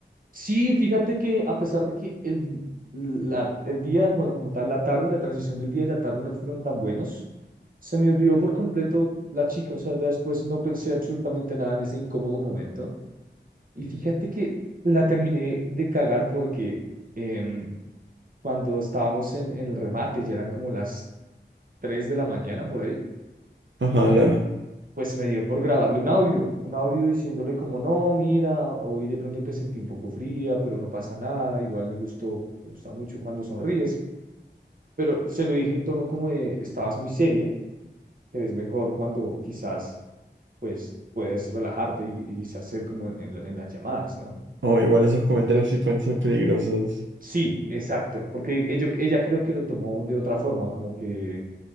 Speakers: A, on the right; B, on the right.
A: Sí, fíjate que a pesar de que el, la- el día, bueno, como tal, la tarde, la transición del día y la tarde no fueron tan buenos, se me olvidó por completo la chica, o sea, después no pensé absolutamente nada en ese incómodo momento. Y fíjate que la terminé de cagar porque em, cuando estábamos en, en el remate, ya eran como las 3 de la mañana por ahí,
B: Ojalá.
A: eh, pues me dio por grabarle un audio, un audio diciéndole como, no, mira, hoy de pronto te sentí un poco fría, pero no pasa nada, igual me gustó, me gusta mucho cuando sonríes, pero se lo dije en tono como de, estabas muy seria, te ves mejor cuando quizás, pues, puedes relajarte y, y quizás ser como en, en la- en las llamadas, ¿no?
B: O igual esos comentarios sí pueden ser peligrosos.
A: Sí, exacto, porque ello- ella creo que lo tomó de otra forma, como que,